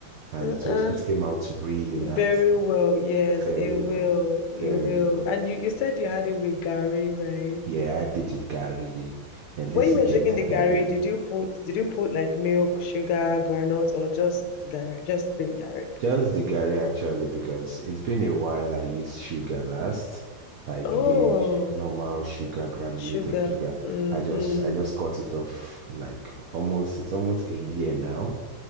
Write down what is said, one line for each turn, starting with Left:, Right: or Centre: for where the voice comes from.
Right: and
Left: uh-uh.
Right: it was it came out really
Left: Very
Right: nice.
Left: well. Yes,
Right: Very
Left: it will.
Right: well.
Left: It
Right: Very
Left: will.
Right: well.
Left: And you you said you had it with Gary, right?
Right: Yeah, I did with Gary. At
Left: When
Right: least
Left: you
Right: Ijebu
Left: were taking the Gary,
Right: Gary.
Left: did you put did you put like milk, sugar, granules, or just Gary, just plain Gary?
Right: Just the Gary actually, because it's been a while I used sugar last, like
Left: Oh,
Right: the normal sugar, granulated
Left: sugar.
Right: sugar.
Left: Mm-mm.
Right: I just I just cut it off like almost it's almost a year now